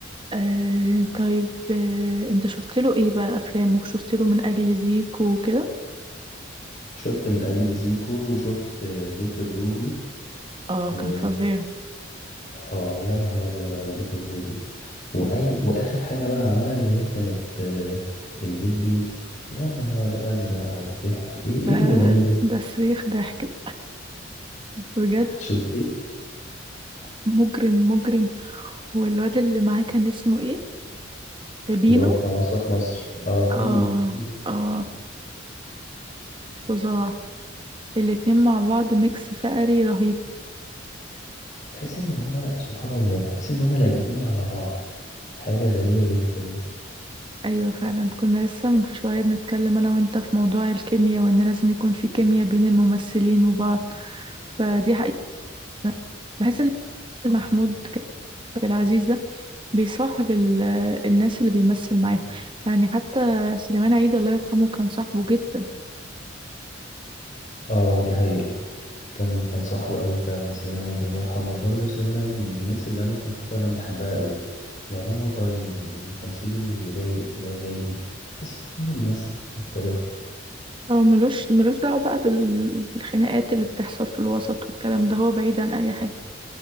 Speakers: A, on the right; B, on the left.
A: أه طيب أه انت شفت له ايه بقى افلامه شفت له من اجل زيكو وكده
B: شفت من اجل زيكو وشفت بيت الروبي
A: اه
B: و
A: كان فظيع
B: اه يا نهار ابيض على بيت الروبي واي واخر حاجه بقى عملها اللي هي كانت آه، البيت بيتي يا نهار ازرق على الضحك ايه
A: ده
B: ايه الجمال ده
A: ده صريخ ضحك بجد
B: شفتيه
A: مجرم مجرم والواد اللي معاه كان اسمه ايه بينو
B: اللي هو بتاع مسرح مصر اه بينو
A: اه
B: بي-
A: اه فظاع الاتنين مع بعض ميكس فقري رهيب
B: تحس ان هما سبحان الله تحس ان هما لايقين على بعض حاجه غريبه جدا
A: ايوه فعلا كنا لسه من شويه بنتكلم انا وانت في موضوع الكيمياء وان لازم يكون في كيمياء بين الممثلين وبعض فدي حقيقة بحس ان محمود كامل العزيز ده بيصاحب ال- الناس اللي بيمثل معاهم يعني حتى سليمان عيد الله يرحمه كان صاحبه جدا
B: اه دي حقيقة كان كان صاحبه قوي فعلا سليمان عيد الله يرحمه برضه سليمان عيد من الناس اللي انا كنت فعلا بحبها قوي وبعدين هو طيب وتمثيله رايق كده وهادي تحس ان هو بيمثل بطبيعته
A: هو ملوش ملوش دعوة بقى بال... بالخناقات اللي بتحصل في الوسط والكلام ده هو بعيد عن اي حاجة